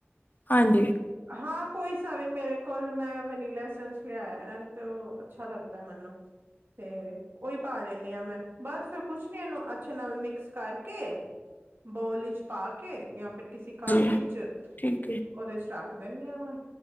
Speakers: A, on the left; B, on the right.
A: ਹਾਂਜੀ।
B: ਹਾਂ। ਕੋਈ ਸਾ ਵੀ ਮੇਰੇ ਕੋਲ ਮੈਂ ਵਨੀਲਾ ਲਿਆਇਆ ਤੇ ਉਹ ਅੱਛਾ ਲੱਗਦਾ ਮੈਨੂੰ। ਤੇ। ਉਹੀ ਪਾ ਦਿੰਦੀ ਹਾਂ ਮੈਂ ਬਸ ਕੁਛ ਨੀ ਇਹਨੂੰ ਅੱਛੇ ਨਾਲ ਮਿਕਸ ਕਰਕੇ ਬੋਲ ਵਿੱਚ ਪਾ ਕੇ ਜਾਂ ਫਿਰ ਕਿਸੇ
A: ਜੀ
B: ਕੱਪ ਵਿੱਚ
A: ਠੀਕ ਹੈ
B: ਉਹਦੇ ਚ' ਰੱਖ ਰੱਖ ਦਿੰਦੀ ਹਾਂ ਮੈਂ